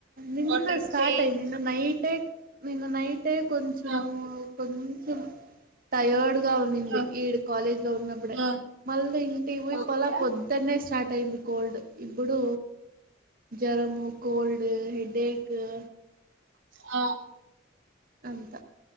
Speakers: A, on the right (about 50°); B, on the right (about 70°).
A: నిన్న
B: వాటర్
A: స్టార్ట్
B: చేంజ్
A: అయింది నిన్న నైటే నిన్న నైటే కొంచెము
B: ఆ
A: కొంచెం టైయర్డ్ గా ఉండుంది
B: ఆ
A: ఇడ కాలేజ్ లో ఉన్నప్పుడే
B: ఆ
A: మళ్ళీ ఇంటికి పోయి
B: ఓకే
A: పొలా పొద్దు పొద్దునే స్టార్ట్ అయింది కోల్డ్, ఇప్పుడు జ్వరము కోల్డ్ హెడేక్ ఇంకా
B: ఆ
A: అంత